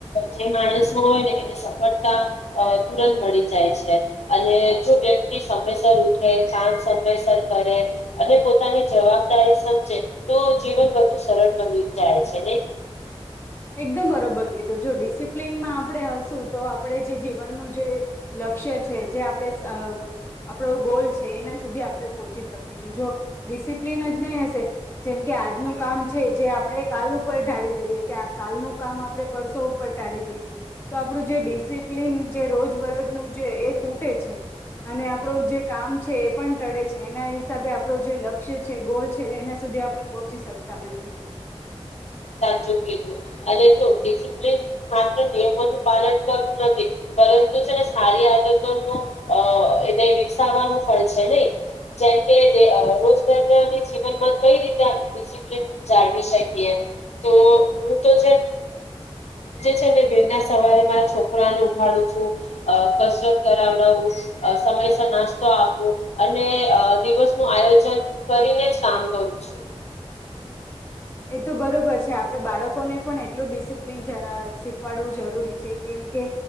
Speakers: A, on the left; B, on the left.
A: જે માણસ મા હોય ને એને સફળતા તુરંત મળી જાય છે અને જો વ્યક્તિ સમયસર ઉઠે કામ સમયસર કરે અને પોતાની જવાબદારી સમજે તો જીવન વધુ સરળ બની જાય છે નય
B: એકદમ બરોબર કીધું જો ડિસિપ્લિનમાં આપણે હશું તો આપણે જે જીવનનું જે લક્ષ્ય છે જે આપણે આપણો ગોલ છે એના સુધી આપણે પહોંચી શકીશું જો ડિસિપ્લિન જ નહી હશે જેમ કે આજનું કામ છે જે આપણે કાલ ઉપર ઢાળી દઈએ કે કાલનું કામ આપણે પરસો ઉપર ટાળી દઈએ તો આપણું જે ડિસિપ્લન જે રોજબરોજનું જે એ તૂટે છે અને આપણું જે કામ છે એ પણ ટળે છે એના હિસાબે આપણું જે લક્ષ્ય છે ગોલ છે એના સુધી આપણે પહોંચી શકતા નથી
A: સાચુ કિધુ અને જો ડિસપ્લન માત્ર નિયમોનું પાલન કરવું નથી પરંતુ છેને સારી આદતો નો એને વિકસાવવાનું પણ છે નહી જેમકે રોજરા જીવનમાં કઈ રીતે આપણેિસપ્ન જાળવી શકીએ તો હું તો છે ને <unintelligible> સવારે મારા છોકરાને ઉઠાડું છું કસરત કરાવડાવું સમયસ નાસ્તો આપું અને દિવસ નું આયોજન કરીને જ કામ કરું છું
B: એ તો બરોબર છે આપણે બાળકોને પણ એટલું ડિસિપ્લિન જરા શીખવાડવું જરૂરી છે કેમ કે